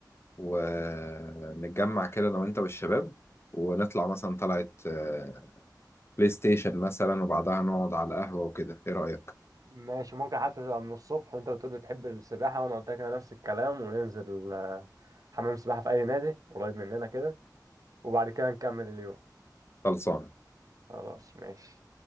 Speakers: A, on the left; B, on the right.
A: ونتجمع كده انا وانت والشباب ونطلع مثلا طلعت آه، بلاي ستيشن مثلا وبعدها نقعد على القهوة وكده ايه رأيك
B: ماشي ممكن حتى تبقى من الصبح وأنت بتقول بتحب السباحة وأنا قلت لك أنا نفس الكلام وننزل آه، حمام سباحة في أي نادي قريب مننا كده وبعد كده نكمل اليوم
A: خلصانة
B: خلاص ماشي